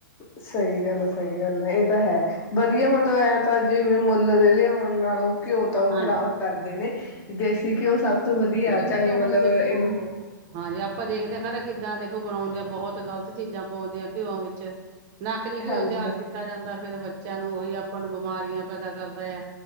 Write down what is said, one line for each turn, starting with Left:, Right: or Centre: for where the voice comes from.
Left: ਸਹੀ ਗੱਲ ਸਹੀ ਗੱਲ ਹੈ ਇਹ ਤਾਂ ਹੈ ਵਧੀਆ ਮਤਲਬ ਇਹ ਤਾਂ ਜਿਵੇਂ ਮੁੱਲ ਦੇ ਲਿਆਉਣ ਨਾਲੋਂ ਘਿਓ ਤਾਂ ਉਹ
Right: ਹਾਂਜੀ
Left: ਖ਼ਰਾਬ ਕਰਦੇ ਨੇ ਦੇਸੀ ਘਿਓ ਸਭ ਤੋਂ ਵਧੀਆ
Right: ਕਿ
Left: ਚਾਹੇ
Right: ਤਾਂ
Left: ਮਤਲਬ
Right: ਹੁਣ ਦੇਖੋ
Left: ਇਹਨੂੰ
Right: ਹਾਂਜੀ ਆਪਾਂ ਦੇਖਦੇ ਹਾਂ ਖਰ ਕਿੱਦਾਂ ਦੇਖੋ ਬਣਾਉਂਦੇ ਆ ਬਹੁਤ ਗ਼ਲਤ ਚੀਜ਼ਾਂ ਪਾਉਂਦੇ ਆ ਘਿਓ ਵਿੱਚ ਨਕਲੀ ਘਿਓ
Left: ਹਾਂਜੀ
Right: ਤਿਆਰ
Left: ਹਾਂ
Right: ਕੀਤਾ ਜਾਂਦਾ ਫੇਰ ਬੱਚਿਆਂ ਨੂੰ ਉਹੀ ਆਪ ਨੂੰ- ਬਿਮਾਰੀਆਂ ਪੈਦਾ ਕਰਦਾ ਆ